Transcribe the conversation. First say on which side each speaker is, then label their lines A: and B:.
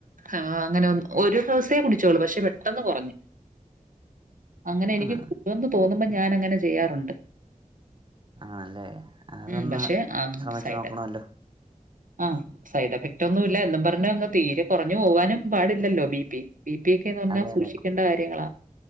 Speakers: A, on the right; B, on the right.
A: ആഹ് അങ്ങനെ ഒരു ദെവസേ കുടിച്ചോളൂ. പഷെ പെട്ടെന്ന് കൊറഞ് അങ്ങനെ എനിക്ക്
B: ഉം.
A: തോന്നുമ്പോ ഞാനങ്ങനെ ചെയ്യാറുണ്ട്
B: ആല്ലേ. അതൊന്ന്
A: ഉം പക്ഷെ ആം
B: ശ്രമിച്ചു
A: സൈഡ്
B: നോക്കണല്ലോ
A: ആഹ് സൈഡഫക്റ്റോന്നുല്ല എന്നും പർഞ് അങ്ങ് തീരെ കൊർഞ്ഞു പോകാനും പാടില്ലല്ലോ ബി പി ബിപി ക്കെന്ന് പറഞ്ഞാ
B: അതെ
A: സൂഷിക്കേണ്ട
B: അതെ
A: കാര്യങ്ങളാ